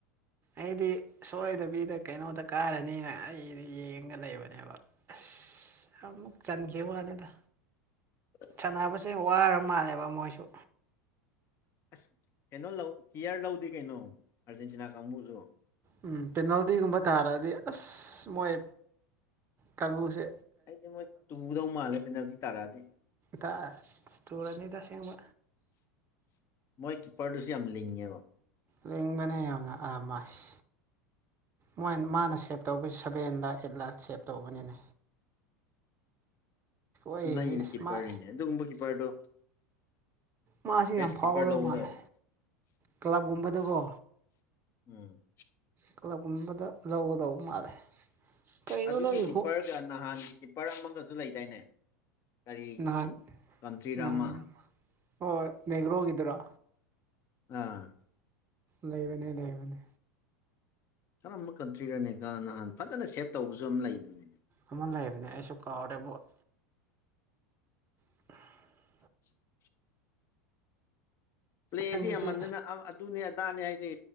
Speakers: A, on the right; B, on the left.
A: ꯑꯩꯗꯤ ꯁꯣꯏꯗꯕꯤꯗ ꯀꯩꯅꯣꯗ ꯀꯥꯔꯅꯤꯅ ꯑꯩꯗꯤ ꯌꯦꯡꯉꯒ ꯂꯩꯕꯅꯦꯕ꯫ ꯑꯁ ꯑꯃꯨꯛ ꯆꯟꯈꯤꯕ ꯋꯥꯅꯤꯗ꯫
B: ꯍ꯫
A: ꯁꯥꯟꯅꯕꯁꯦ ꯋꯥꯔ ꯃꯥꯜꯂꯦꯕ ꯃꯣꯏꯁꯨ꯫
B: ꯑꯁ ꯀꯩꯅꯣ ꯂꯧ ꯀꯤꯌꯥꯔ ꯂꯧꯗꯦ ꯀꯩꯅꯣ ꯑꯔꯖꯦꯟꯇꯤꯅꯥ ꯀꯥꯡꯕꯨꯁꯨ꯫
A: ꯎꯝ ꯄꯦꯅꯥꯜꯇꯤꯒꯨꯝꯕ ꯇꯥꯔꯛꯗꯤ ꯑꯁ ꯃꯣꯏ ꯀꯥꯡꯒꯨꯁꯦ꯫
B: ꯑꯩꯗꯤ ꯃꯣꯏ ꯇꯨꯗꯧ ꯃꯥꯜꯂꯦ ꯄꯦꯅꯥꯜꯇꯤ ꯇꯥꯔꯛꯑꯗꯤ꯫
A: ꯇꯁ ꯇꯨꯔꯅꯤꯗ ꯑꯁꯦꯡꯕ꯫
B: ꯃꯣꯏ ꯀꯤꯞꯄꯔꯗꯨꯁꯨ ꯌꯥꯝ ꯂꯤꯡꯉꯦꯕ
A: ꯂꯤꯡꯕꯅ ꯌꯥꯝꯅ ꯑꯥ ꯃꯥꯁ꯫ ꯃꯣꯏ ꯃꯥꯅ ꯁꯦꯞ ꯇꯧꯕꯁꯤ ꯁꯚꯦꯟꯗ ꯑꯦꯠ ꯂꯥꯁ ꯁꯦꯞ ꯇꯧꯕꯅꯤꯅꯦ ꯑꯩꯁꯦ
B: ꯑꯅꯩꯕ
A: ꯑꯁ
B: ꯀꯤꯞꯄꯔꯅꯤꯅꯦ
A: ꯃꯥ
B: ꯑꯗꯨꯒꯨꯝꯕ ꯀꯤꯞꯄꯔꯗꯣ꯫
A: ꯃꯥꯁꯦ
B: ꯕꯦꯁ
A: ꯌꯥꯝ ꯐꯥꯎꯒꯗꯧ
B: ꯀꯤꯞꯄꯔ ꯂꯧꯒꯗꯕꯅꯦ
A: ꯃꯥꯜꯂꯦ ꯀ꯭ꯂꯕꯒꯨꯝꯕꯗꯀꯣ꯫
B: ꯎꯝ
A: ꯀ꯭ꯂꯕꯒꯨꯝꯕꯗ ꯂꯧꯒꯗꯧꯕ ꯃꯥꯜꯂꯦ ꯀꯩꯅꯣ
B: ꯑꯗꯨꯒꯤ
A: ꯅꯪꯒꯤꯀꯣ
B: ꯀꯤꯞꯄꯔꯒ ꯅꯍꯥꯟꯒꯤ ꯀꯤꯞꯄꯔ ꯑꯃꯒꯁꯨ ꯂꯩꯗꯥꯣꯏꯅꯦ ꯀꯔꯤ
A: ꯅꯍꯥꯟ
B: ꯀꯟꯇ꯭ꯔꯤ ꯔꯥꯃ꯫
A: ꯅꯍꯥꯟ ꯍꯣꯏ ꯅꯦꯒ꯭ꯔꯣꯒꯤꯗꯨꯔꯣ꯫
B: ꯑꯥ꯫
A: ꯂꯩꯕꯅꯦ ꯂꯩꯕꯅꯦ꯫
B: ꯀꯔꯝꯕ ꯀꯟꯇ꯭ꯔꯤꯔꯅꯦꯒ ꯅꯍꯥꯟ ꯐꯖꯅ ꯁꯦꯞ ꯇꯧꯕꯁꯨ ꯑꯃ ꯂꯩꯗꯅꯤꯅꯦ
A: ꯑꯃ ꯂꯩꯕꯅꯦ ꯑꯩꯁꯨ ꯀꯥꯎꯔꯦꯕꯣꯠ꯫ <inaudible>
B: ꯆꯤꯠ ꯆꯤꯠ꯫ ꯄ꯭ꯂꯦꯁꯤ
A: ꯅꯪꯒꯤꯁꯦ
B: ꯌꯥꯝꯃꯟꯗꯅ ꯑꯗꯨꯅꯦ ꯑꯗꯥꯅꯦ ꯍꯥꯏꯁꯦ